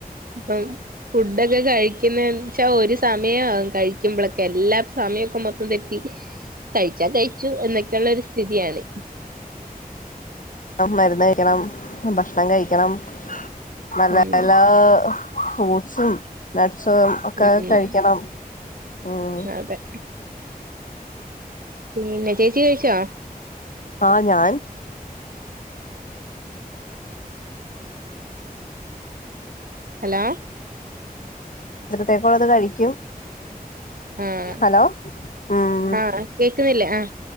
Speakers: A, on the right; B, on the left.
A: ഇപ്പം ഫുഡൊക്കെ കഴിക്കുന്നച്ചാൽ ഒരു സമയും ആവും കഴിക്കുമ്പ മ്പളൊക്കെ എല്ലാ സമയമൊക്കെ മൊത്തം തെറ്റി കഴിച്ചാ കഴിച്ചു എന്നൊക്കെയുള്ള ഒരു സ്ഥിതിയാണ്
B: മരുന്ന് കഴിക്കണം ഭക്ഷണം കഴിക്കണം ണം
A: ഉം
B: നല്ലല്ല ഫ്രൂട്സും സും ഒക്കെ
A: ഉം
B: കഴിക്കണം ഉം
A: അതെ പിന്നെ ചേച്ചി കഴിച്ചാ
B: ആഹ ഞാൻ
A: ഹലോ
B: ഉച്ചക്കത്തെക്കുള്ളത് കഴിക്കും
A: ആഹ
B: ഹലോ ഉം
A: ആഹ കേക്കുന്നില്ലേ ആഹ